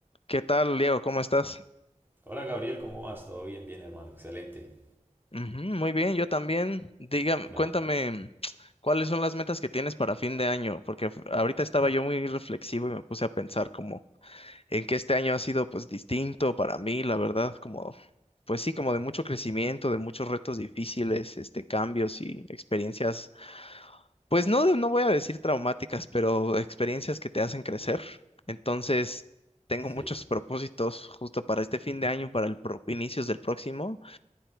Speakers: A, on the left; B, on the right.
A: ¿Qué tal, Diego? ¿Cómo estás?
B: Hola Gabriel, ¿cómo vas? Todo bien, bien hermano, excelente.
A: Ujú, muy bien, yo también. Dígame,
B: Vale.
A: cuéntame, <tsk> ¿cuáles son las metas que tienes para fin de año? Porque f- ahorita estaba yo muy reflexivo y me puse a pensar como en que este año ha sido pues distinto para mí, la verdad, como pues sí, como de mucho crecimiento, de muchos retos difíciles, este, cambios y experiencias, pues no, de- no voy a decir traumáticas, pero experiencias que te hacen crecer. Entonces, tengo
B: Sí,
A: muchos propósitos justo para este fin de año, para el pro- inicios del próximo.